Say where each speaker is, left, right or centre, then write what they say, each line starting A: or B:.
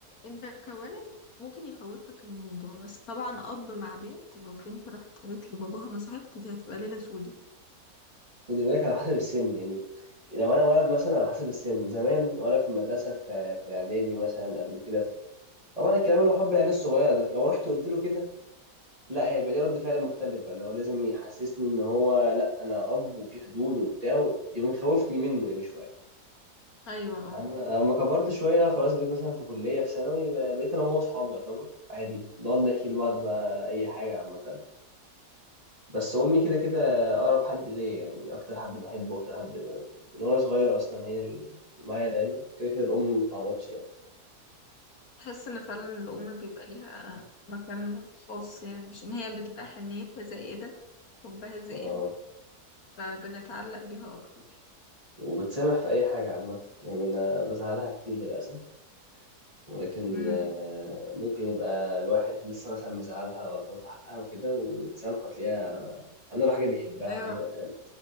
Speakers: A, on the left; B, on the right.
A: انت كولد ممكن يفوت لك الموضوع بس طبعا اب مع بنت لو بنت راحت قالت لباباها انا صاحبت دي هتبقى ليله سودة
B: خدي بالك على حسب السن يعني لو أنا ولد مثلا على حسب السن زمان وأنا في المدرسة في في إعدادي مثلا قبل كده في... طبعا الكلام اللي هو حب العيال الصغيرة ده لو رحت قلت له كده لا هي يبقى ليه رد فعل مختلف بقى اللي هو لازم يحسسني ان هو لا انا اب وفي حدود وبتاع يبقى مخوفني منه يعني شويه
A: ايوه اه
B: أما أما كبرت شوية خلاص بقيت مثلا في كلية في ثانوي بقى- بقيت أنا وهو أصحابي يعتبر عادي نقعد نحكي لبعض بقى أي حاجة عامة بس أمي كده كده أقرب حد ليا يعني أكتر حد بحبه أكتر حد ب- من وأنا صغير أصلا هي اللي معايا دايما كده كده الأم متعوضش يعني
A: بحس ان فعلا الام بيبقى ليها مكان خاص يعني عشان هي بتبقى حنيتها زائده حبها زائد
B: آه
A: فبنتعلق بيها اكتر
B: وبتسامح في أي حاجة عامة يعني أنا بزعلها كتير للأسف ولكن
A: امم
B: آه، ممكن يبقى الواحد لسه مثلا مزعلها غلطان في حقها وكده وتسامحه تلاقيها عامله له حاجه بيحبها عامله
A: ايوه
B: له فاهم